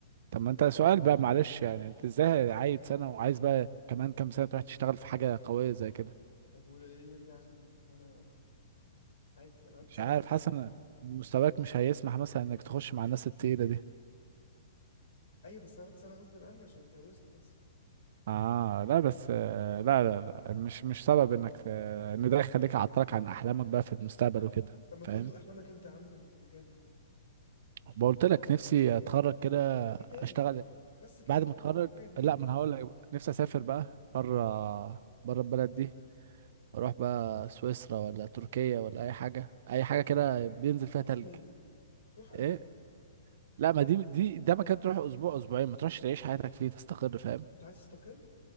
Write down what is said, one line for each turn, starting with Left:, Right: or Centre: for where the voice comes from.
Left: ده
Right: طب
Left: انت
Right: ما
Left: ما
Right: انت
Left: بتعرفش
Right: سؤال بقى معلش يعني انت ازاي عايد سنة وعايز بقى كمان كام سنة تروح تشتغل في حاجة قوية زي كده
Left: طب وايه يمنعني يعني وانا عادي انا قعدت
Right: مش
Left: سنه
Right: عارف
Left: غصب
Right: حاسس
Left: عني
Right: ان مستواك مش هيسمح مثلا انك تخش مع الناس التقيلة دي
Left: ايوه بس انا قعدت سنه غصب عني عشان اتجوزت بس
Right: اه لا بس آه، لا لا لا مش مش سبب انك آه، ان ده يخليك عطلك عن احلامك بقى في المستقبل وكده
Left: طب ما
Right: فاهم
Left: تقول لي احلامك انت يا عم الجامد
Right: بقولت لك نفسي اتخرج كده اشتغل
Left: ايه تاني بس كده
Right: بعد ما اتخرج
Left: حاجه كبيره
Right: لا ما انا هقول لك بقى. نفسي اسافر بقى بره بره البلد دي اروح بقى سويسرا ولا تركيا ولا اي حاجه اي حاجه كده بينزل فيها تلج
Left: روح بالي روح البانيا
Right: ايه لا ما دي دي ده مكان تروح اسبوع اسبوعين ما تروحش تعيش حياتك فيه تستقر فاهم
Left: انت عايز تستقر